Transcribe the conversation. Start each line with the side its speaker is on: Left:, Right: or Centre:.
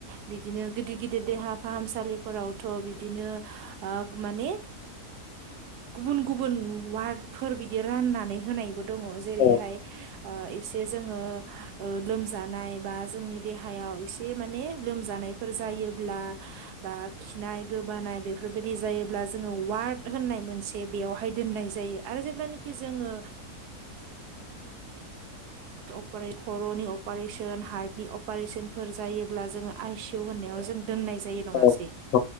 Right: बिदिनो गिदिर गिदिर देहा फाहामसालिफोरावथ' बिदिनो माने गुबुन गुबुन वार्डफोर बिदि राननानै होनाय दङ जेरैहाय
Left: औ
Right: एसे जोङो लोमजानाय बा जोंनि देहायाव एसे माने लोमजानाय। <unintelligible> हेननाय मोनसे बेयावहाय दोननाय जायो आरो जेब्लानोखि जोङो खर'नि अपारेशन हार्टनि अपारेशनफोर जायोब्ला जोङो आइसि इउ होननायाव जों दोननाय जायो
Left: औ
Right: नङासै
Left: औ